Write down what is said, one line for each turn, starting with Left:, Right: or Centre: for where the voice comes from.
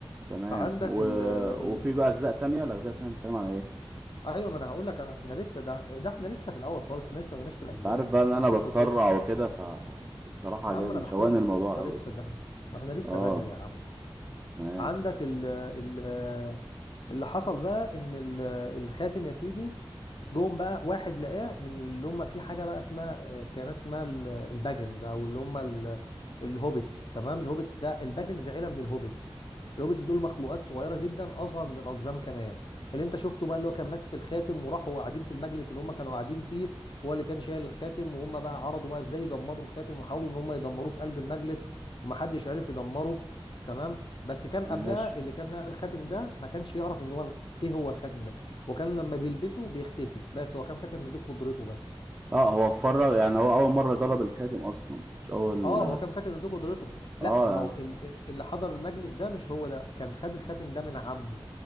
Right: تمام
Left: فعندك
Right: و...
Left: ال
Right: وفي
Left: ال
Right: جوا اجزاء تانية الاجزاء التانية بتتكلم على ايه
Left: ايوه ما انا هقول لك انا احنا لسه ده ده احنا لسه في الاول خالص احنا لسه ما جيناش في الاجزاء
Right: انت عارف بقى
Left: ده
Right: ان
Left: انا
Right: انا
Left: بحكي لك
Right: بتسرع
Left: القصه
Right: وكده فبصراحة
Left: يا
Right: عجبني
Left: عم انا بحكي
Right: شوقني
Left: لك
Right: الموضوع
Left: القصه
Right: قوي
Left: لسه ده احنا لسه
Right: اه
Left: بدري يا عم
Right: تمام
Left: عندك ال ال اللي حصل بقى ان ال- الخاتم يا سيدي جم بقى واحد لقاه من اللي هم في حاجه بقى اسمها كانت اسمها ال- الباجنز او اللي هم ال- الهوبيتس تمام الهوبيتس ده الباجنز عيله من الهوبيتس الهوبيتس دول مخلوقات صغيره جدا اصغر من الاقزام كمان اللي انت شفته بقى اللي هو كان ماسك الخاتم وراحوا قاعدين في المجلس اللي هم كانوا قاعدين فيه وهو اللي كان شايل الخاتم وهم بقى عرضوا بقى ازاي يدمروا الخاتم وحاولوا ان هم يدمروه في قلب المجلس ومحدش عرف يدمره تمام بس كان قبلها
Right: ماشي
Left: اللي كان لقى الخاتم ده ما كانش يعرف ان هو ال- ايه هو الخاتم ده وكان لما بيلبسه بيختفي بس هو كان فاكر ان دي قدرته بس
Right: اه هو اتفرج يعني هو اول مرة جرب الخاتم اصلا مش اول
Left: اه هو كان فاكر ان دي قدرته
Right: اه
Left: لا ما
Right: يعني
Left: هو ال- اللي حضر المجلس ده مش هو ده كان خد الخاتم ده من عمه